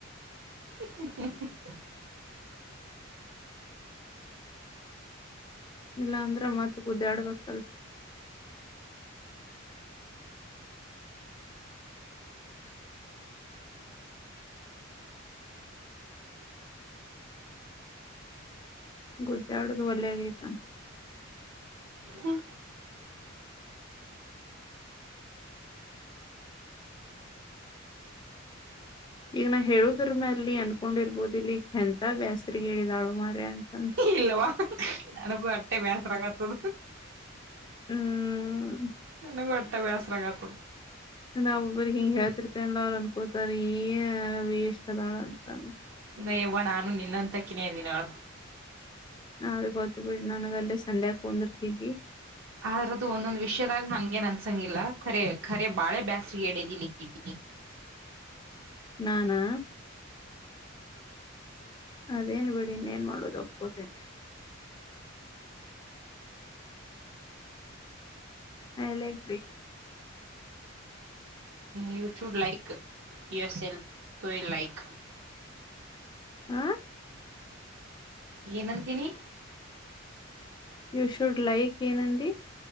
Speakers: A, on the right (about 60°); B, on the left (about 20°).
A: <unintelligible>
B: ಇಲ್ಲಾ ಅಂದ್ರ ಮತ್ ಗುದ್ದಾ ಆಡ್ಬೇಕಲ್ ಗುದ್ದಾ ಆಡೋುದು ಒಲ್ಯ ಐತಂತ
A: ಹಾ
B: ಈಗ ನಾ ಹೇಳುದ್ರ ಮ ಅಲ್ಲಿ ಅನ್ಕೊಂಡಿರ್ಬೋದು ಇಲ್ಲಿ ಕೆಂತ ಬ್ಯಾಸ್ರಗ್ ಹೇಳಿದಾಳು ಮಾರ ಅಂತ
A: ಇಲ್ವಾ ನನಗೂ ಅಟ್ಟೆ ಬೇಸ್ರಗತ್ತದ
B: ಹ್ಮ್
A: ನನ ಒತಾ ವ್ಯಾಸರಂಗತ್.
B: ನಾವ ಒಬ್ಬ್ರಿಗೆ ಹಿಂಗ ಹೇಳ್ತಿರ್ತೇ ಅಲ್ಲ ಅವ್ರು ಅನ್ಕೋತಾರೆ ಏ ವಷ್ಟ ಅದಾಳ ಅಂತಂದ <unintelligible>
A: ನ ಯ್ ನಾನು ನಿನ್ನಂತ ಕಿನೇ ಅದಿನಾಳ.
B: ಅ ಗೊತ್ತು ಬಿಟ್ಟ ನನಗ ಅಲ್ಲೇ ಸಂದೆ ಹಾಕೊಂಡಿರ್ತಿದವಿ.
A: ಅ್ರದ್ದು ಒಂದೊಂದ್ ವಿಷಯದಾಗ ಹಂಗಗೆನ್ ಅನ್ಸಂಗಿಲ್ಲಖರೆ ರೆ ಬಾಳೆ ಬ್ಯಾಸ್ರಿಗೆ ಎಡದಲಿಕ್ಕಿದ್ದೀನಿ
B: ನಾನಾ ಅದೇನ್ ಬಿಡಿ ಇನ್ನೇನ್ ಮಾಡೋದು ಒಪ್ಕೋತೇನೆ <unintelligible>
A: ಯು ಶು ಲೈಕ್ ಎಸ್ ಎನ್ ಸೋಯ ಲೈಕ್
B: ಹಾ
A: ಏನಂತೀನಿ.
B: ಯು ಶುಡ್ ಲೈಕ್ ಏನಂದಿ.